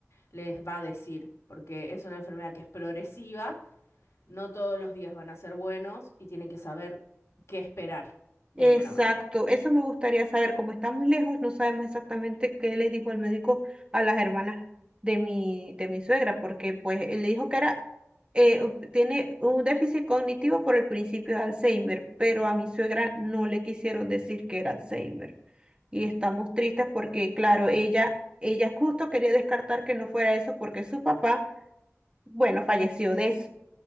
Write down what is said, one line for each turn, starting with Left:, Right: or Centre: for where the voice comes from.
Left: les va a decir, porque es una enfermedad que es progresiva, no todos los días van a ser buenos y tienen que saber qué esperar de
Right: Exacto,
Left: alguna manera.
Right: eso me gustaría saber. Como estamos lejos, no sabemos exactamente qué le dijo el médico a las hermanas de mi, de mi suegra, porque pues él le dijo que era, eh, u- tiene un déficit cognitivo por el principio de Alzheimer, pero a mi suegra no le quisieron decir que era Alzheimer. Y estamos tristes porque, claro, ella, ella justo quería descartar que no fuera eso porque su papá, bueno, falleció de eso.